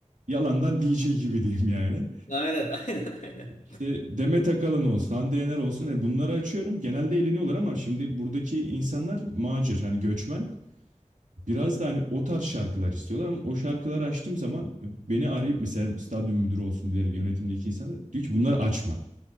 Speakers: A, on the right (about 80°); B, on the left (about 80°).
A: yalandan DJ gibi diyeyim yani.
B: Ya aynen <laughs> aynen aynen.
A: İşte Demet Akalın olsun, Hande Yener olsun. E bunları açıyorum. Genelde eğleniyorlar ama şimdi buradaki insanlar macir, hani göçmen. Biraz da hani o tarz şarkılar istiyorlar ama o şarkıları açtım zaman beni arayıp mesela stadyum müdürü olsun diğer yönetimdeki insanlar diyor ki bunları açma.